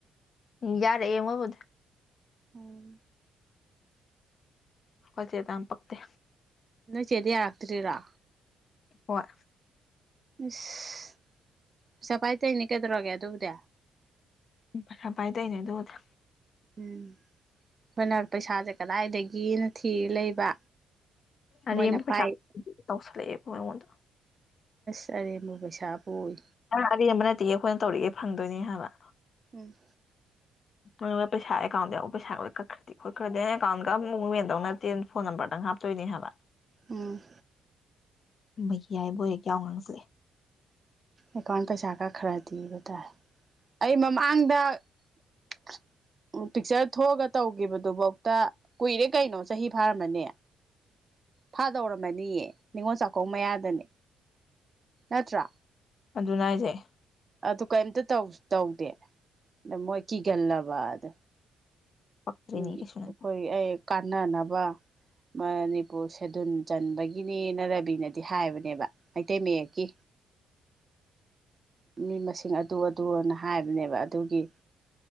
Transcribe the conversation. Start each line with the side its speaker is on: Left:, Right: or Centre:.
Left: ꯌꯥꯔꯦ ꯏꯃꯕꯨꯗ
Right: ꯑꯣꯝ
Left: ꯍ ꯆꯦ ꯇꯥꯟ ꯄꯛꯛꯇ
Right: ꯆꯗꯤ ꯌꯥꯥꯛꯇꯔꯔ
Left: ꯍꯣꯏ
Right: ꯏꯁꯁ ꯄꯩꯁꯥ ꯄꯥꯏꯇꯩꯣꯏꯅꯦ ꯀꯩꯗꯧꯔꯒꯦ ꯑꯗꯨꯕꯨꯗꯤ
Left: ꯎꯁꯄꯥꯏ ꯇꯅꯦ ꯇꯗ
Right: ꯎꯝ ꯑꯩꯈꯣꯏꯅ ꯄꯩꯁꯥꯁꯦ ꯀꯗꯥꯏꯗꯒꯤꯅ ꯊꯤꯔ ꯂꯩꯕ ꯃꯣꯏꯅ
Left: ꯑꯕ ꯄꯩꯁꯥ
Right: ꯄꯥꯏ
Left: ꯇꯧꯁ ꯂꯩꯌꯦꯦꯉꯣꯟꯗ
Right: ꯆꯔꯦꯝꯃꯨ ꯄꯩꯁꯥꯕꯨ ꯑꯣꯏ
Left: ꯑꯔꯦꯝꯕ ꯅꯠꯇꯦ ꯑꯩꯈꯣꯏꯅ ꯇꯧꯔꯤꯒꯦ ꯐꯪꯗꯣꯏꯅꯤ ꯍꯥꯏꯕ
Right: ꯎꯝ
Left: ꯅꯣꯏ ꯄꯩꯁꯥ ꯑꯦꯀꯥꯎꯟꯗ ꯌꯥꯎꯕ ꯄꯩꯁꯥ ꯂꯣꯏ ꯀꯛꯈ꯭ꯔꯗꯤ ꯈꯣꯠꯈ꯭ꯔꯗꯤ ꯑꯦꯀꯥꯎꯟꯒꯛꯦꯟꯗꯧ ꯅꯠꯇꯦ ꯐꯣꯟ ꯅꯝꯕꯔꯗꯪꯦ ꯇꯣꯏꯅꯤ ꯍꯥꯏꯕ
Right: ꯎꯝ
Left: ꯃ ꯌꯥꯏꯕꯣꯏꯍꯦ ꯀꯌꯥ ꯉꯥꯡꯁꯂꯦ
Right: ꯑꯦꯀꯥꯎꯟ ꯄꯩꯁꯥ ꯈ ꯈꯔꯗꯤꯤꯕ ꯇꯥꯔꯦ ꯑꯩ ꯃꯃꯥꯡꯗ <inaudible> ꯎ ꯄꯤꯛꯆꯔ ꯊꯣꯛꯑꯒ ꯇꯧꯈꯤꯕꯗꯨꯐꯧꯇ ꯀꯨꯏꯔꯦ ꯀꯩꯅꯣ ꯆꯍꯤ ꯐꯥꯔꯝꯃꯅꯦ ꯊꯥꯗꯧꯔꯝꯃꯅꯤꯌꯦ ꯅꯤꯉꯣꯜ ꯆꯥꯛꯀꯧ ꯃꯌꯥꯗꯅꯦ ꯅꯠꯇ꯭ꯔ
Left: ꯑꯗꯨꯅ ꯍꯥꯏꯖꯩ
Right: ꯑꯗꯨ ꯀꯩꯝꯇ ꯇꯧꯗꯦ ꯑꯗ ꯃꯣꯏ ꯀꯤꯒꯜꯂꯕ ꯑꯗ
Left: ꯄꯛꯇ꯭ꯔꯤꯅꯤ
Right: ꯑꯩꯈꯣꯏ
Left: ꯀꯩꯁꯨ ꯅꯠꯇꯦ
Right: ꯑꯩ ꯀꯥꯟꯅꯅꯕ ꯃꯅꯤꯄꯨꯔ ꯁꯦꯗꯨꯟ ꯆꯟꯕꯒꯤꯅꯦꯅ ꯔꯕꯤꯅꯗꯤ ꯍꯥꯏꯕꯅꯦꯕ ꯃꯩꯇꯩ ꯃꯌꯦꯛꯀꯤ ꯃꯤ ꯃꯁꯤꯡ ꯑꯗꯨ ꯑꯗꯨꯅ ꯍꯥꯏꯕꯅꯦꯕ ꯑꯗꯨꯒꯤ